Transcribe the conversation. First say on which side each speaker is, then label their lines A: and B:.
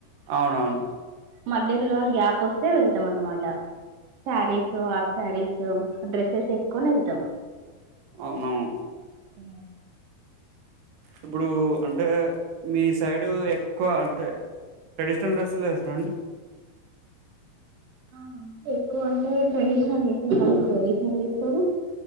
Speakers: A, on the right; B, on the right.
A: అవునవును
B: మధ్యలో గ్యాప్ వస్తే వెళ్తాం అన్నమాట శారీస్ హాఫ్ శారీస్ డ్రెస్సెస్ ఎక్కువ న వెళతాం
A: అవునవును
B: ఆ
A: ఇప్పుడు అంటే మీ సైడు ఎక్కువ అంటే ట్రెడిషనల్ డ్రెస్లు వేస్తారండి
B: అవును ఎక్కువ అంటే ట్రెడిషనల్ వాళ్ళు ప్రడ ఇస్తారు